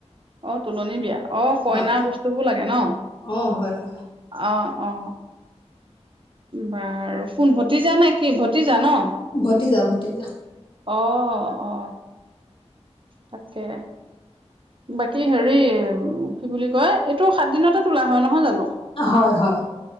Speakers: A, on the right; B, on the left.
A: অ তোলনি বিয়া। অ কইনা
B: হয়
A: বস্তুবোৰ লাগে ন?
B: অ হয় হয়
A: অ। অ বাৰু কোন ভতিজা নে কি ভতিজা ন?
B: ভতিজা ভতিজা।
A: অ অ তাকে, বাকী হেৰি কি বুলি কয় এইটো সাত দিনতে তোলা হয় নহয় জানো?
B: হয় হয়